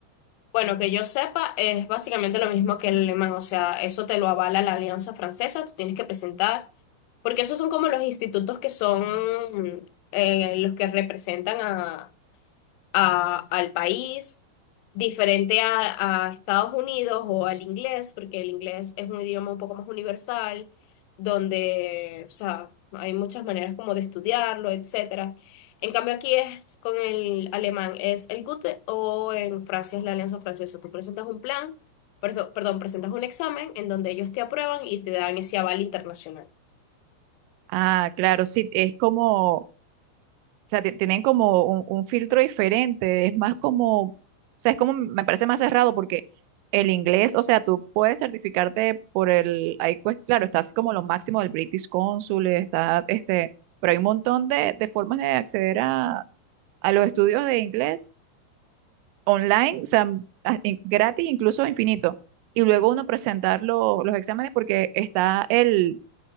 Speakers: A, on the left; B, on the right.
A: Bueno, que yo sepa, es básicamente lo mismo que el alemán, o sea, eso te lo avala la Alianza Francesa, tú tienes que presentar, porque esos son como los institutos que son eh, los que representan a. a- al país, diferente a, a Estados Unidos o al inglés, porque el inglés es un idioma un poco más universal, donde, o sea, hay muchas maneras como de estudiarlo, etcétera. En cambio aquí es con el alemán, es el Goethe o en Francia es la Alianza Francesa. Tú presentas un plan, perso- perdón, presentas un examen en donde ellos te aprueban y te dan ese aval internacional.
B: Ah, claro, sí, es como, o sea, te- tienen como un, un filtro diferente, es más como, o sea, es como, me parece más cerrado porque el inglés, o sea, tú puedes certificarte por el, ahí pues, claro, está así como lo máximo del British Consul, está, este, pero hay un montón de, de formas de acceder a a los estudios de inglés online, o sea, a- in- gratis, incluso infinito. Y luego uno presentar lo- los exámenes porque está el,